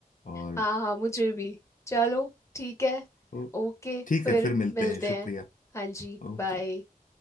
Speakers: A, on the left; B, on the left.
A: और
B: हाँ हाँ मुझे भी चलो ठीक है
A: ओ,
B: ओके
A: ठीक
B: फिर
A: है फिर मिलते
B: मिलते
A: हैं शुक्रिया
B: हैं हाँ जी
A: ओके
B: बाय